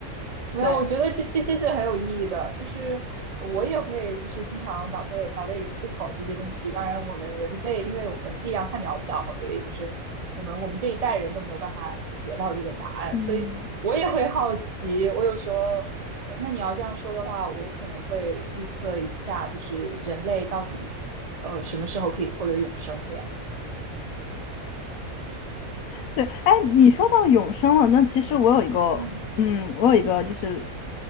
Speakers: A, on the right; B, on the left.
A: 没有，
B: 对。
A: 我觉得这这些是很有意义的，就是我也会就是经常脑袋脑袋里思考这些东西。当然，我们人类因为我们力量太渺小，所以就是可能我们这一代人都没有办法得到这个答案，
B: 嗯，
A: 所以我也会好奇。我有时候，呃那你要这样说的话，我可能会预测一下，就是人类到底呃什么时候可以获得永生这样。
B: 对，哎，你说到永生了，那其实我有一个，
A: 嗯。
B: 嗯，我有一个就是，